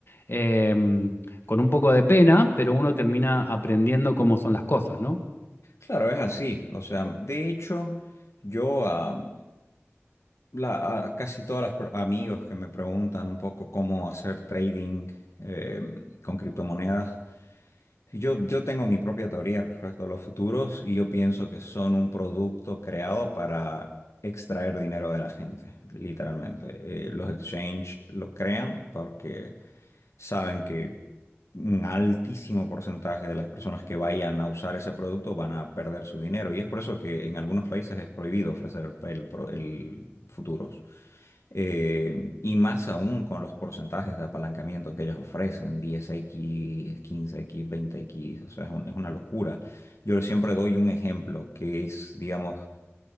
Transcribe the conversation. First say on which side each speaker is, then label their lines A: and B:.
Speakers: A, on the left; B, on the left.
A: eh, con un poco de pena, pero uno termina aprendiendo cómo son las cosas, ¿no?
B: Claro, es así. O sea, de hecho, yo a, la- a casi todas las pro- amigos que me preguntan un poco cómo hacer trading eh, con criptomonedas, Yo, yo tengo mi propia teoría respecto a los futuros y yo pienso que son un producto creado para extraer dinero de la gente, literalmente. Eh, los exchange lo crean porque saben que un altísimo porcentaje de las personas que vayan a usar ese producto van a perder su dinero y es por eso que en algunos países es prohibido ofrecer el, el pro- el futuros. Eh, y más aún con los porcentajes de apalancamiento que ellos ofrecen, diez x quince x veinte x o sea, es un- es una locura. Yo siempre doy un ejemplo que es, digamos,